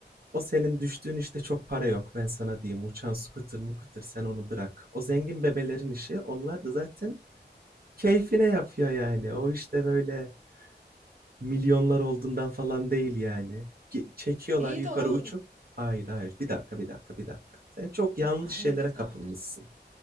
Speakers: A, on the right (about 55°); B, on the right (about 40°).
A: o senin düştüğün işte çok para yok ben sana diyeyim. Uçan su kıtır mı kıtır sen onu bırak. O zengin bebelerin işi onlar da zaten keyfine yapıyor yani. O işte böyle milyonlar olduğundan falan değil yani. Ge- Çekiyorlar
B: İyi
A: yukarı
B: de o...
A: uçup. Hayır hayır bir dakika bir dakika bir dakika. Sen çok yanlış
B: Ay,
A: şeylere
B: tamam
A: kapılmışsın.
B: hadi.